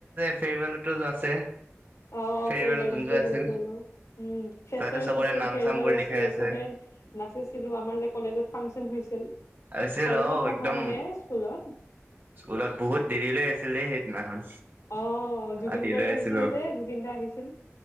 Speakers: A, on the right (about 40°); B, on the left (about 75°).
A: ফেৰিবেলতো যোৱা আছে।
B: অ'
A: ফেৰৱেলত
B: ফেৰবেলত
A: যোনটো
B: যে
A: আছিল
B: গৈছিলো। উম, ফ্ৰেছাৰ্ছ
A: তাতে চবৰে
B: আছিল
A: নাম
B: ফেৰবেল
A: চাম বোৰ
B: আছিল
A: লিখাই আছে।
B: চবে নাচিছিলো আমাৰ যে কলেজত। ফাংচন হৈছিল।
A: আছিল
B: কলেজত
A: অ'
B: নহয়
A: একদম
B: মানে স্কুলত
A: স্কুলত বহুত দেৰি লৈ আছিল দেই সেইদিনাখন।
B: অ', জুবিন
A: ৰাতিলৈ
B: গাৰ্গ আহিছিল
A: আছিলো,
B: যে জুবিন দা আহিছিল।